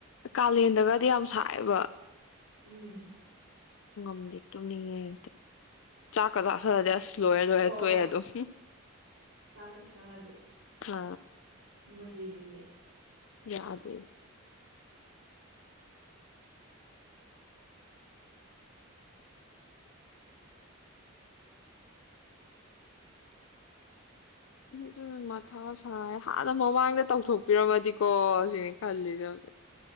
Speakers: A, on the left (about 65°); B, on the right (about 80°).
A: ꯀꯥꯂꯦꯟꯗꯒꯗꯤ ꯌꯥꯝ ꯁꯥꯏꯑꯦꯕ
B: ꯎꯝ
A: ꯝꯗꯤ ꯇꯨꯝꯅꯤꯡꯉꯦ ꯆꯥꯛꯀ ꯆꯥꯊꯗꯤꯦ ꯑꯁ ꯂꯣꯏꯔꯦ ꯂꯣꯏꯔꯦ
B: ꯍꯣꯏ
A: ꯇꯣꯏꯑꯦ
B: ꯍꯣꯏ
A: ꯑꯗꯨꯝ
B: ꯆꯥꯛꯀ ꯆꯥꯅꯗꯦ
A: ꯑ
B: ꯃꯨꯜꯂꯤ ꯃꯨꯜꯂꯤ
A: ꯌꯥꯗꯦ ꯎꯝ ꯑꯗꯨ ꯃꯊꯥ ꯁꯥꯏ ꯍꯥꯟꯅ ꯃꯃꯥꯡꯗ ꯇꯧꯊꯣꯛꯄꯤꯔꯝꯃꯗꯤꯀꯣ ꯁꯤꯅꯤ ꯈꯜꯂꯤꯁꯦ ꯍꯧꯖꯤ